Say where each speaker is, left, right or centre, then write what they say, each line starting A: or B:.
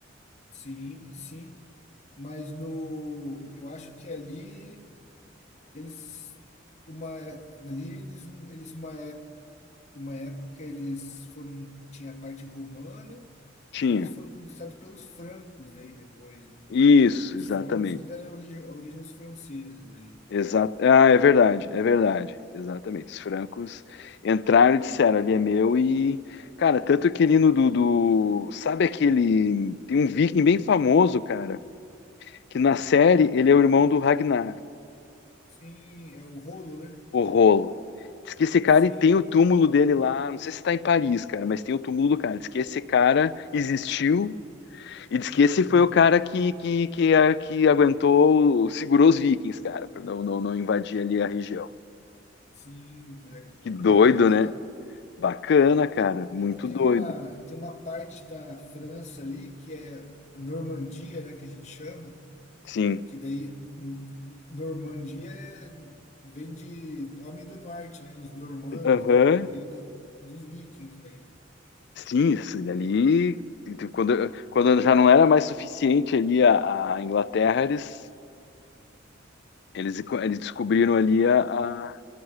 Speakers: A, on the left (about 35°); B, on the left (about 60°).
A: Sim, sim. Mas no, eu acho que ali eles uma ali eles eles uma é- uma época eles foram tinha a parte romana,
B: tinha.
A: daí eles foram conquistados pelos francos daí depois, né?
B: Isso,
A: Que os
B: exatamente.
A: francos que deram a origem a origem aos franceses daí.
B: Exato. Ah, é verdade, é verdade. Exatamente. Os francos entraram e disseram, ali é meu e, cara, tanto que ali no do, do- sabe aquele, tem um viking bem famoso, cara, que na série ele é o irmão do Ragnar.
A: Sim, é o rolo, né?
B: O rolo. Diz que esse cara
A: Sim,
B: e tem o túmulo dele lá, não sei se tá em Paris, cara, mas tem o túmulo do cara. Diz que esse cara existiu e diz que
A: aham,
B: esse foi o cara que, que, que, a- que aguentou, segurou os vikings, cara, pra não, não, não invadir ali a região.
A: sim, le-
B: Que doido,
A: bacana,
B: né?
A: né?
B: Bacana, cara, muito
A: É que tem
B: doido.
A: uma, tem uma parte da França ali que é Normandia, né, que a gente chama,
B: Sim.
A: que daí n- n- Normandia é- vem de homem do norte, né, os normandos,
B: Aham.
A: né, veio da, dos vikings daí.
B: Sim, isso ali. Quando, quando já não era mais suficiente ali a, a Inglaterra, eles, eles, eles descobriram ali a, a-